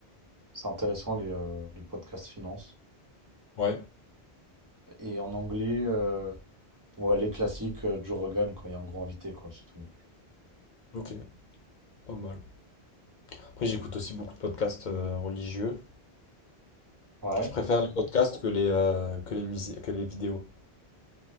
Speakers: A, on the right; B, on the left.
A: C'est intéressant les, euh, les podcasts finance.
B: Ouais,
A: Et en anglais, euh, ouais, les classiques euh, Joe Rogan quand il y a un gros invité, quoi, c'est tout.
B: ok, pas mal. Après, j'écoute aussi beaucoup de podcasts euh, religieux.
A: Ouais,
B: Je préfère les podcasts que les, euh, que les musiques, que les vidéos.